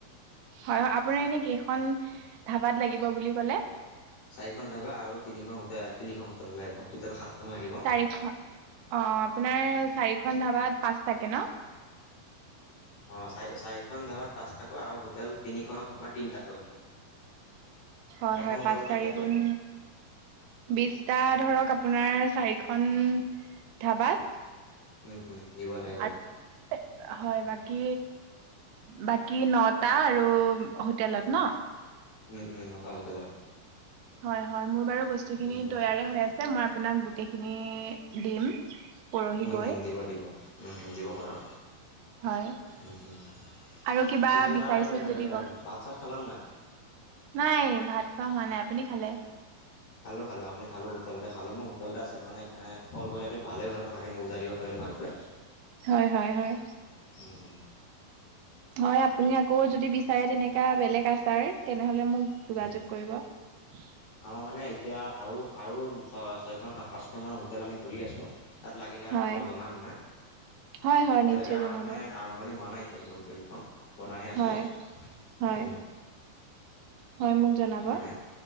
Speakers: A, on the right; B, on the left.
A: হয় হয় আপোনাৰ এনে কেইখন ধাবাত লাগিব বুলি ক'লে?
B: চাৰিখন ধাবা আৰু তিনিখন হোটেল তিনিখন হোটেল লাগে, টটেল সাতখন লাগিব।
A: চাৰিখন অ আপোনাৰ চাৰিখন ধাবাত পাঁচ তাকে ন?
B: অ', চাৰি চাৰিখন ধাবাত পাঁচটাকৈ আৰু হোটেল তিনিখনত তোমাৰ তিনিটাকৈ।
A: হয়,
B: এখন
A: হয়,
B: হোটেলত
A: পাঁচ
B: তিনিটাকৈ
A: চাৰি গুণ বিষ্টা ধৰক আপোনাৰ চাৰিখন ধাবাত।
B: উম, উম, দিব লাগিব।
A: আৰু হয়, বাকী বাকী নটা আৰু হোটেলত ন'?
B: উম, উম, ন'টা হোতেলত।
A: হয়, হয়, মোৰ বাৰু বস্তুখিনি
B: উম উম
A: তৈয়াৰে হৈ আছে মই আপোনাক গোটেইখিনি দিম পৰহি
B: উম,
A: গৈ
B: উম, দিব দিব উম, উম, দিব বাৰু।
A: হয়
B: উম, উম,
A: আৰু কিবা
B: পিছে তোমাৰ
A: বিচাৰিছিল যদি কওক
B: ভাত-চাত খালা নে নাই?
A: নাই ভাত খোৱা হোৱা নাই, আপুনি খালে?
B: খালো খালো আমি খালো হোটেলতে খালো মই হোটেলতে আছিল মানে সেইকাৰণে ক'ল কৰিলে তুমি ভালেই হ'ল কথা খিনিবুজাই দিব পাৰিলো ভালকৈ।
A: হয়, হয়, হয়।
B: হম, হম।
A: হয়, আপুনি আকৌ যদি বিচাৰে তেনেকা বেলেগ আচাৰ তেনেহ'লে মোক যোগাযোগ
B: উম উম
A: কৰিব। <inaudible>
B: আমাৰ মানে এতিয়া আৰু আৰু ছয় ছয়খন সাত পাঁচখন মানৰ হোটেল আমি খুলি আছোঁ। তাত লাগিলে
A: হয়
B: তোমাক জনাম মই, এতিয়ালৈকে
A: হয় হয় নিশ্চয়
B: আমাৰ
A: জনাব
B: মানে আৰম্ভণি হোৱা নাই এতিয়ালৈকে হোটেল কেইখন বনাইাহে আছোঁ,
A: হয় হয়
B: উম।
A: হয়, মোক জনাব।
B: সেইকাৰণে